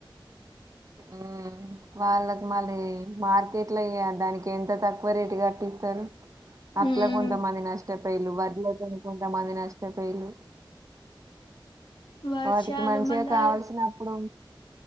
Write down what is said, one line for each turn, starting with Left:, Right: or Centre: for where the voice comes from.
Right: ఊమ్ వాళ్ళకి మళ్ళీ మార్కెట్ల ఇగ దానికి ఎంత తక్కువ రేటు కట్టి తరు అట్లా
Left: ఉమ్
Right: కొంతమంది నష్టపయిలు వడ్లతోని కొంతమంది నష్టపయిలు
Left: వర్షాలు
Right: వాటికి మంచిగా
Left: మళ్ళా
Right: కావల్సినప్పుడు